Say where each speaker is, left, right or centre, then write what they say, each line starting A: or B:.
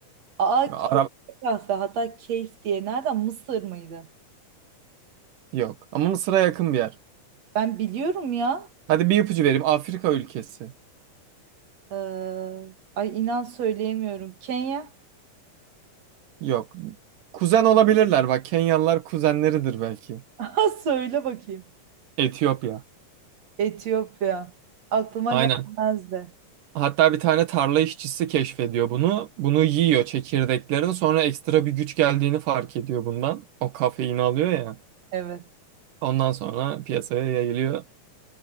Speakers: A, on the right; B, on the right.
A: Aa
B: Arap
A: keyifli kahve. Hatta Keyf diye. Nereden? Mısır mıydı?
B: yok. Ama Mısır'a yakın bir yer.
A: Ben biliyorum ya.
B: Hadi bir ipucu vereyim. Afrika ülkesi.
A: Ee, ay inan söyleyemiyorum. Kenya. <laughs>
B: Yok. Kuzen olabilirler. Bak Kenyalılar kuzenleridir belki.
A: Ha söyle bakayım.
B: Etiyopya.
A: Etiyopya. Aklıma
B: Aynen.
A: gelmezdi.
B: Hatta bir tane tarla işçisi keşfediyor bunu. Bunu yiyor çekirdeklerini. Sonra ekstra bir güç geldiğini fark ediyor bundan. O kafeini alıyor ya.
A: Evet.
B: Ondan sonra piyasaya yayılıyor.